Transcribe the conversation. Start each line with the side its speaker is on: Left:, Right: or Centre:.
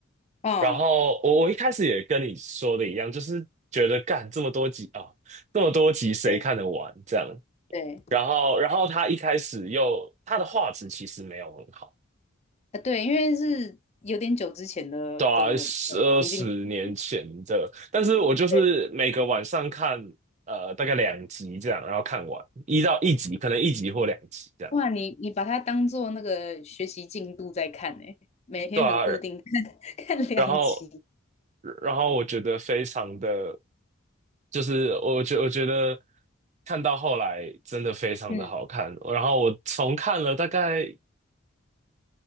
Left: 嗯，
Right: 然后我我一开始也跟你说的一样，就是觉得干这么多集啊，这么多集谁看得完这样，
Left: 对对，
Right: 然后，然后他一开始又他的画质其实没有很好，
Left: 啊对，因为是有点久之前的的的情境剧，
Right: 对啊，十二十年前的，但是我就是每个晚上看，
Left: 对，
Right: 呃，大概两集这样，然后看完一到一集，可能一集或两集这样，
Left: 哇，你你把它当做那个学习进度在看呢、每天很固定
Right: 对啊，
Left: <laughs> 看两集，
Right: 然后，然后我觉得非常的，就是我觉我觉得看到后来真的非常的好看，
Left: 嗯。
Right: 然后我重看了大概